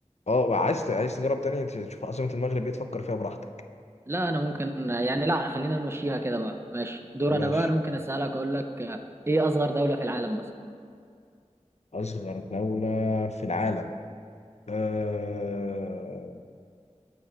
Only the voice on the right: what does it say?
لا انا ممكن يعني لا خلينا نمشيها كده بقى ماشي دور
انا بقى انا ممكن اسألك اقول لك آه، ايه اصغر دولة في العالم مثلا